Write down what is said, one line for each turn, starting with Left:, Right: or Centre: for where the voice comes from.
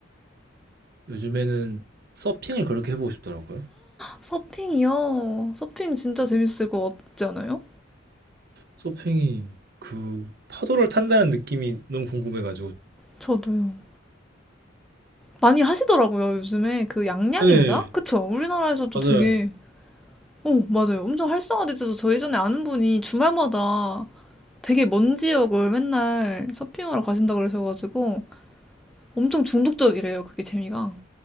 Right: 요즘에는 서핑을 그렇게 해보고 싶더라고요.
Centre: 서핑이요. 서핑 진짜 재밌을 것 같지 않아요?
Right: 서핑이 그 파도를 탄다는 느낌이 너무 궁금해가지고.
Centre: 저도요. 많이 하시더라고요, 요즘에. 그 양양인가?
Right: 네,
Centre: 그쵸? 우리나라에서도
Right: 맞아요.
Centre: 되게, 어, 맞아요. 엄청 활성화돼서 저 예전에 아는 분이 주말마다 되게 먼 지역을 맨날 서핑하러 가신다고 그러셔가지고 엄청 중독적이래요, 그게 재미가.